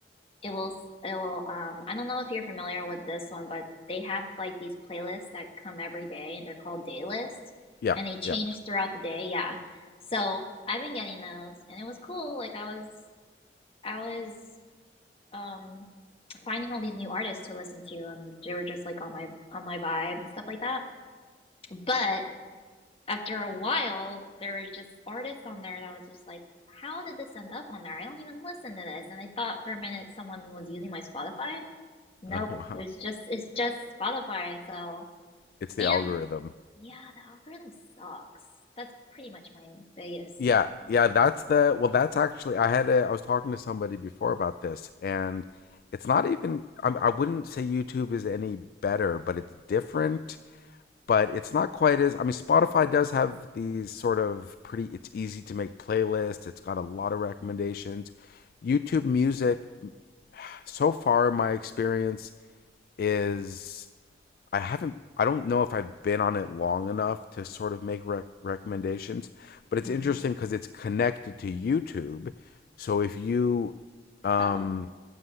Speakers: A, on the left; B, on the left.
A: it will it will um I don't know if you're familiar with this one, but they have like these playlists that come every day and they're called day list
B: Yeah,
A: and they change
B: yeah.
A: throughout the day. Yeah. So I've been getting those and it was cool. Like I was I was um finding all these new artists to listen to and they were just like on my on my vibe and stuff like that. But after a while there was just artists on there that was just like how did this end up on there? I don't even listen to this. And I thought for a minute someone was using my Spotify. Nope.
B: Oh wow,
A: It was just it's just Spotify, so
B: it's the
A: and
B: algorithm.
A: yeah, the algorithm sucks. That's pretty much my biggest
B: Yeah,
A: um
B: yeah, that's the well, that's actually I had a I was talking to somebody before about this and it's not even I, I wouldn't say YouTube is any better, but it's different, but it's not quite as I mean Spotify does have these sort of pretty it's easy to make playlists, it's got a lot of recommendations. YouTube Music <sighs> so far in my experience is I haven't. I don't know if I've been on it long enough to sort of make rec- recommendations, but it's
A: mm.
B: interesting because it's connected to YouTube. So if you, um,
A: oh,